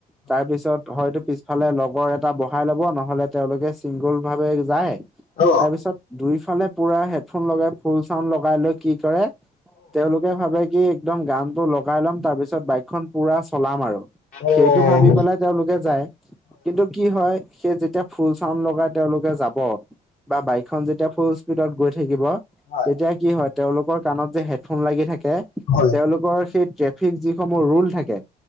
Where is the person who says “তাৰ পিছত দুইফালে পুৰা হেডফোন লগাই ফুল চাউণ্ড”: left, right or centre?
Centre